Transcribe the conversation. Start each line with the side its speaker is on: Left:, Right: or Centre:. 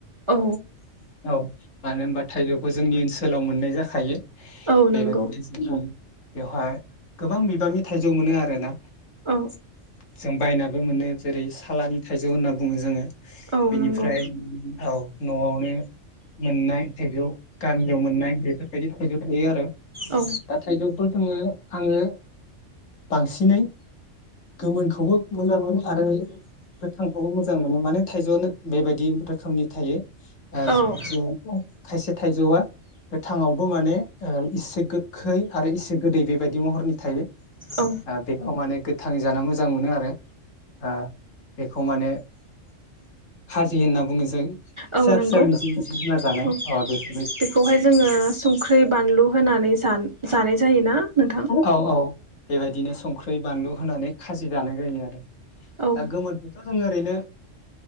Right: औ
Left: औ मानो होमबा थाइजौखौ जोंनि ओनसोलाव मोननाय जाखायो
Right: औ
Left: बेबायदि
Right: नंगौ
Left: बेवहाय गोबां बिबांनि थाइजौ मोनो आरोना
Right: औ
Left: जों बायना बो मोनो जेरै सालानि थाइजौ होनना बुङो जोङो
Right: औ
Left: बेनिफ्राय
Right: नंगौ
Left: औ न'आवनो मोननाय थैजौ गामजौ मोननाय बेफोरबायदि थैइजौ थायो आरो
Right: औ
Left: दा थाइजौफोर दोङो आङो बांसिनै गोमोनखौबो मोजां मोनो आरो गोथांखौबो मोजां मोनो माने थाइजौआनो बेबायदि रोखोमनि थायो
Right: औ
Left: ज खायसे थाइजौआ गोथांावबो माने इसे गोखै आरो इसे गोदै बेबायदि महरनि थायो
Right: औ
Left: बेखौ माने गोथांखौ जानो मोजां मोनो आरो बेखौ माने खाजि होनना बुङो जों
Right: औ
Left: फिसा
Right: नंगौ
Left: फिसा मि मि
Right: औ
Left: <unintelligible>
Right: बेखौहाय जोङो संख्रि बानलु होनानै जानाय जायोना नोंथां
Left: औ औ बेबायदिनो संख्रि बानलु होनानै खाजि दानाय जायो आरो
Right: औ
Left: दा गोमोनथ' जों ओरैनो